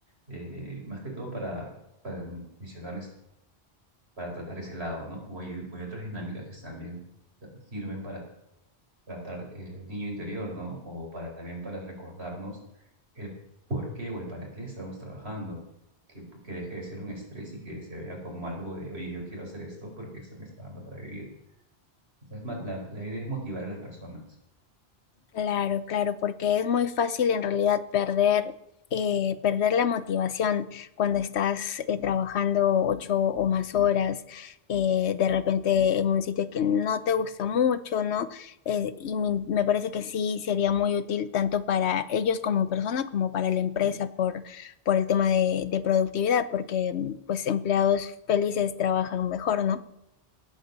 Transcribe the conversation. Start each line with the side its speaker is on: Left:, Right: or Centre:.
Right: eh, más que todo para, para mencionarles, para tratar ese lado, ¿no? O hay, o hay otras dinámicas que también sirven para tratar el niño interior, ¿no? O para también para recordarnos el por qué o el para qué estamos trabajando. Que, que deje de ser un estrés y que se vea como algo de, oye, yo quiero hacer esto porque esto me está dando para vivir. O sea, es más, la la idea es motivar a las personas.
Left: Claro, claro, porque es muy fácil en realidad perder, eh, perder la motivación cuando estás eh, trabajando ocho o más horas, eh, de repente en un sitio que no te gusta mucho, ¿no? Eh, y mi- me parece que sí sería muy útil tanto para ellos como persona como para la empresa por, por el tema de, de productividad, porque mm, pues empleados felices trabajan mejor, ¿no?